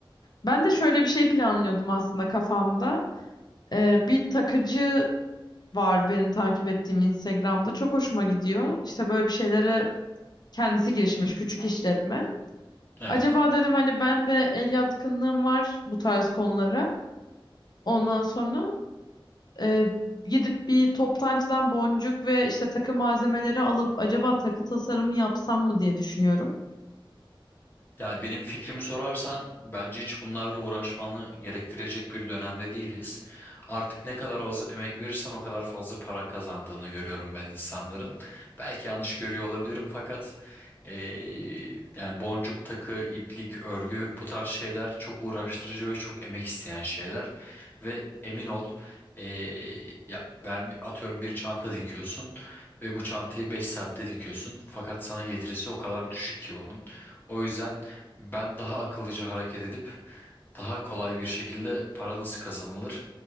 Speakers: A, on the left; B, on the left.
A: Ben de şöyle bir şey planlıyordum aslında kafamda. Ee, bir takıcı var benim takip ettiğim Instagram'da. Çok hoşuma gidiyor. İşte böyle bir şeylere kendisi girişmiş küçük işletme.
B: Evet.
A: Acaba dedim hani ben de el yatkınlığım var bu tarz konulara. Ondan sonra e, gidip bir toptancıdan boncuk ve işte takı malzemeleri alıp acaba takı tasarımı yapsam mı diye düşünüyorum.
B: Yani benim fikrimi sorarsan bence hiç bunlarla uğraşmanı gerektirecek bir dönemde değiliz. Artık ne kadar az emek verirsen o kadar fazla para kazandığını görüyorum ben insanların. Belki yanlış görüyor olabilirim fakat eee, yani boncuk takı, iplik, örgü bu tarz şeyler çok uğraştırıcı ve çok emek isteyen şeyler. Ve emin ol eee, ya, vermi- atıyorum bir çanta dikiyorsun ve bu çantayı 5 saatte dikiyorsun. Fakat sana getirisi o kadar düşük ki bunun. O yüzden ben daha akıllıca hareket edip daha kolay bir şekilde para nasıl kazanılır